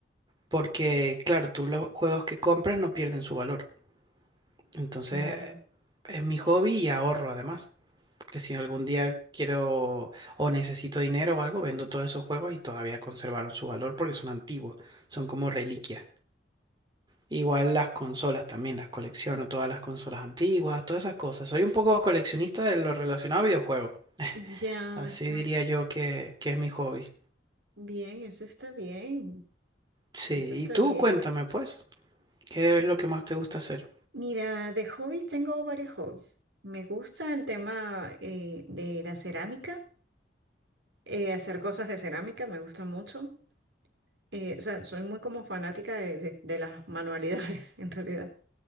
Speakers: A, on the right (about 25°); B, on the right (about 85°).
A: Porque, claro, tú los juegos que compras no pierden su valor. Entonces,
B: Claro.
A: es mi hobby y ahorro además. Porque si algún día quiero o necesito dinero o algo, vendo todos esos juegos y todavía conservaron su valor porque son antiguos, son como reliquias. Igual las consolas también, las colecciono, todas las consolas antiguas, todas esas cosas. Soy un poco coleccionista de lo relacionado a videojuegos.
B: Ya
A: Así
B: está
A: diría yo que, que es mi hobby.
B: bien, eso está bien.
A: Sí,
B: Eso está
A: y tú
B: bien.
A: cuéntame pues, ¿qué es lo que más te gusta hacer?
B: Mira, de hobbies tengo varios hobbies. Me gusta el tema eh, de la cerámica, eh, hacer cosas de cerámica, me gusta mucho. Eh, o sea, soy muy como fanática de de- de las manualidades, <laughs> en realidad.